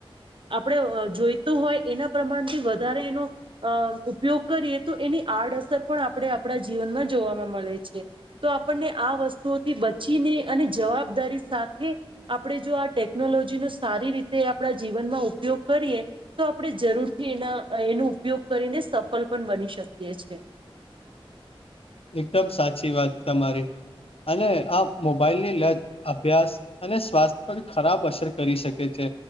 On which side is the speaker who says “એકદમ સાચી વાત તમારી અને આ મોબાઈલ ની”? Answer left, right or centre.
Left